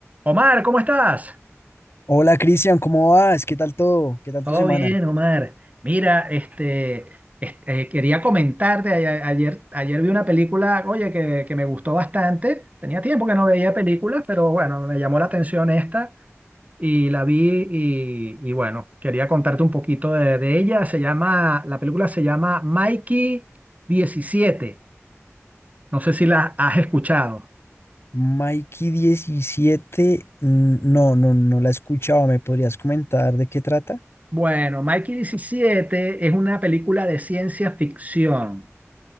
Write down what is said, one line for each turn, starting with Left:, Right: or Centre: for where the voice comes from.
Right: Omar, ¿cómo estás?
Left: Hola Cristian, ¿cómo vas? ¿Qué tal todo? ¿Qué tal
Right: Todo
Left: tu semana?
Right: bien, Omar. Mira, este, este, eh, quería comentarte, a- ayer, ayer vi una película, oye, que, que me gustó bastante. Tenía tiempo que no veía películas, pero bueno, me llamó la atención esta y la vi y, y bueno, quería contarte un poquito de, de ella. Se llama, la película se llama Mikey diecisiete. No sé si la has escuchado.
Left: Mikey 17, mm, no, no, no la he escuchado. ¿Me podrías comentar de qué trata?
Right: Bueno, Mikey diecisiete es una película de ciencia ficción.